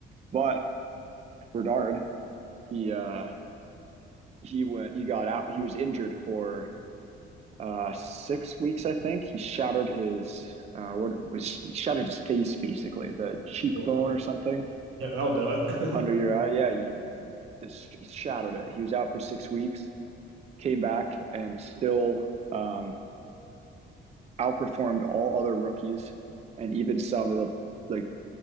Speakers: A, on the right; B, on the right.
A: But Bernard, he uh, he went. He got out. He was injured for uh, six weeks, I think. He shattered his uh, what was shattered his face, basically the cheekbone
B: cool.
A: or something.
B: yeah, that'll do it. <laughs>
A: Under your eye, yeah, he just shadowed it. He was out for six weeks, came back, and still um, outperformed all other rookies and even some of the like